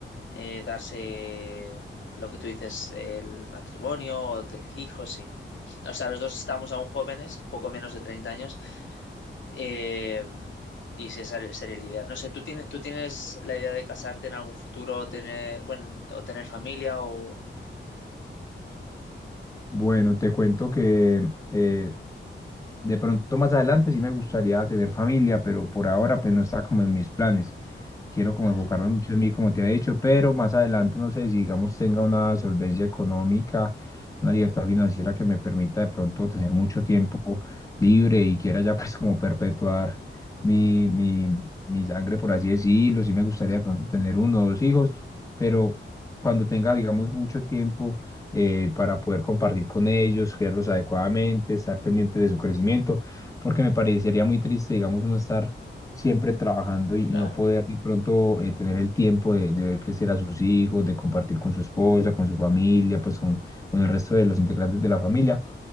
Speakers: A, on the left (about 70°); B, on the left (about 15°).
A: eh, darse lo que tú dices, el matrimonio o tener hijos, sí. <laughs> O sea, los dos estamos aún jóvenes, poco menos de 30 años, eh, y sí, esa sería la idea. No sé, ¿tú tienes, tú tienes la idea de casarte en algún futuro, o tener, bueno, o tener familia o...
B: Bueno, te cuento que eh, de pronto más adelante sí me gustaría tener familia, pero por ahora pues no está como en mis planes. Quiero como
A: Vale,
B: enfocarme mucho en mí, como te había dicho, pero más adelante no sé si digamos tenga una solvencia económica, una libertad financiera que me permita de pronto tener mucho tiempo libre y quiera ya <laughs> pues como perpetuar mi, mi, mi sangre, por así decirlo. Sí me gustaría
A: no,
B: de pronto tener uno o dos hijos, pero cuando tenga digamos mucho tiempo eh, para poder compartir con ellos, criarlos adecuadamente, estar pendiente de su crecimiento, porque me parecería muy triste, digamos, uno estar siempre trabajando y,
A: claro,
B: y no poder de pronto eh, tener el tiempo de, de ver crecer a sus hijos, de compartir con su esposa, con su familia, pues con, con el resto de los integrantes de la familia.